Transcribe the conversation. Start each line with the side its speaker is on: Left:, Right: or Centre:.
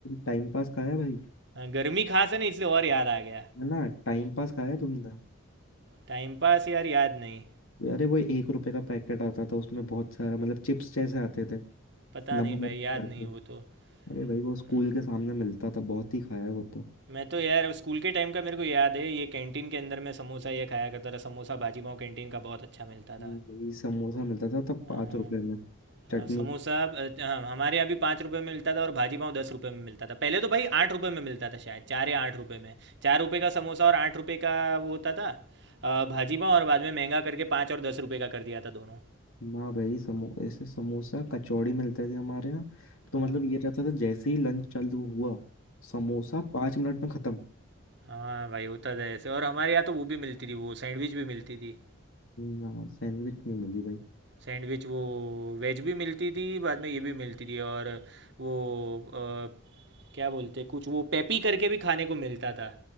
Left: टाइम पास खाया भाई
Right: आ, गर्मी खास है ना इसलिए और याद आ गया
Left: है ना टाइम पास खाया तुमने
Right: टाइम पास यार याद नहीं
Left: अरे वो एक रुपए का पैकेट आता था उसमें बहुत सारा मतलब चिप्स जैसे आते थे
Right: पता
Left: नंबर
Right: नहीं भाई याद
Left: करके
Right: नहीं वो तो
Left: अरे भाई वो स्कूल
Right: हम्म,
Left: के सामने मिलता था बहुत ही खाया है वो तो
Right: मैं तो यार स्कूल के टाइम का मेरे को याद है ये कैंटीन के अंदर मैं समोसा ये खाया करता था समोसा भाजी पाव कैंटीन का बहुत अच्छा मिलता था
Left: हम्म, वही समोसा मिलता था तब
Right: हाँ,
Left: पाँच रुपए में
Right: हाँ,
Left: चटनी
Right: समोसा अ, हाँ, हमारे यहाँ भी पाँच रुपये में मिलता था और भाजी पाव दस रुपये में मिलता था पहले तो भाई आठ रुपये में मिलता था शायद चार या आठ रुपये में चार रुपये का समोसा और आठ रुपये का वो होता था अ, भाजी पाव और बाद में महंगा करके पाँच और दस रुपये का कर दिया था दोनों
Left: ना भाई समो ऐसे समोसा कचौड़ी मिलते थे हमारे यहाँ
Right: हाँ
Left: तो मतलब ये रहता था जैसे ही लंच चालू हुआ समोसा पाँच मिनट में खत्म
Right: हाँ भाई होता था ऐसे और हमारे यहाँ तो वो भी मिलती थी वो सैंडविच भी मिलती थी
Left: ना सैंडविच नहीं मिली भाई
Right: सैंडविच वो वेज भी मिलती थी बाद में ये भी मिलती थी और वो अ, क्या बोलते कुछ वो पेपी करके भी खाने को मिलता था